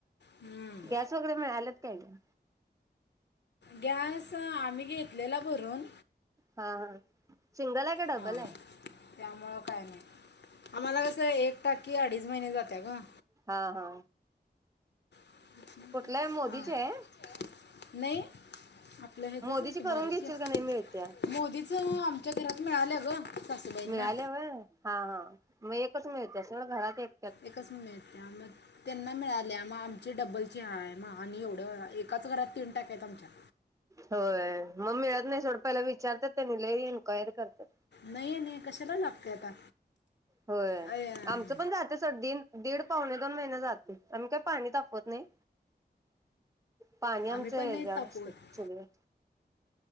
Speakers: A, on the left (about 85°); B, on the right (about 20°).
A: हम्म.
B: गॅस वगैरे मिळालेत काय गं.
A: गॅस आम्ही घेतलेला भरून
B: हा हा. सिंगल आहे का डबल
A: हा
B: आहे
A: त्यामुळं काय नाही. आम्हाला कसं एक टाकी अडीच महिने जाते गं.
B: हा हा.
A: <unintelligible>
B: कुठलं आहे मोदीची आहे
A: नाही. आपलं ह्याजच,
B: मोदीची
A: आहे की
B: करून
A: भारतीय
B: घेशील का नाही मिळत्या
A: मोदीच. <unintelligible> मिळालं ग सासूबाईंना
B: मिळाल्याल्या होय हा. मग एकच मिळत्या सोड घरात एक
A: एकच मिळते मग त्यांना मिळाल्या मग आमचे डब्बल <unintelligible> मग आणि एवढं एकाच घरात तीन टाक्या आहेत आमच्या‌.
B: होय मग मिळत नाही सोड. पहीला विचारतात त्यांनी लय एन्क्वायरी करतात.
A: नाही नाही कशाला लागते आता
B: होय
A: अय, अं,
B: आमचं पण जात सोड दीन दीड. पावणे दोन महिने जाते आम्ही काही पाणी तापवत नाही. पाणी आमच्या
A: आम्ही पण
B: ह्याच्यावर
A: नाही तापवत
B: असते चुलीवर